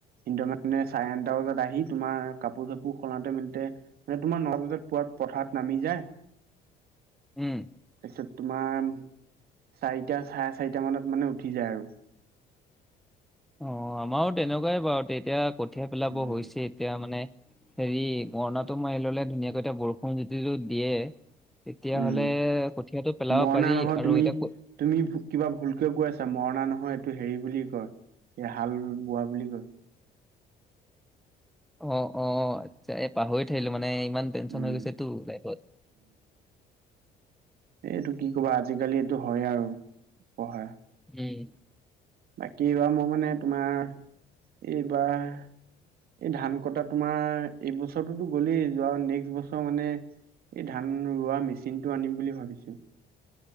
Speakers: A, on the right; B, in the centre.
A: কিন্তু মানে চাৰে আঠটা বজাত আহি তোমাৰ কাপোৰ চাপোৰ সলাওঁতে মিলোতে মানে তোমাৰ নটা বজাত পোৱাত পথাৰত নামি যায়।
B: উম
A: তাৰপিছত তোমাৰ চাৰিটা চাৰে চাৰিটা মানত মানে উঠি যায় আৰু
B: অ আমাৰো তেনেকুৱাই বাৰু এতিয়া কঠিয়া পেলাব
A: উম
B: হৈছে এতিয়া মানে। হেৰি মৰণাটো মাৰি ললে ধুনীয়াকৈ এতিয়া বৰষুণ যতিটো দিয়ে তেতিয়াহলে
A: উম
B: কঠীয়াটো পেলাব
A: মৰণা
B: পাৰি
A: নহয়
B: আৰু
A: তুমি
B: এতিয়া
A: তুমি কিবা ভুলকে কৈ আছা মৰণা নহয় টো হেৰি বুলি কয় এই হাল বোৱা বুলি কয়।
B: অ অ এই পাহৰি থাকিলো মানে। মানে ইমান টেনচন
A: উম
B: হৈ গৈছেটো লাইফত।
A: এই এইটো কি কবা আজিকালি এইটো হয় আৰু পঢ়া
B: এই
A: বাকী এইবাৰ মোৰ মানে তোমাৰ এইবাৰ এই ধান কটা তোমাৰ এইবছৰতোত গ'লেই যোৱা নেক্সট বছৰ মানে। এই ধান ৰোৱা মেচিনটো আনিম বুলি ভাবিছো।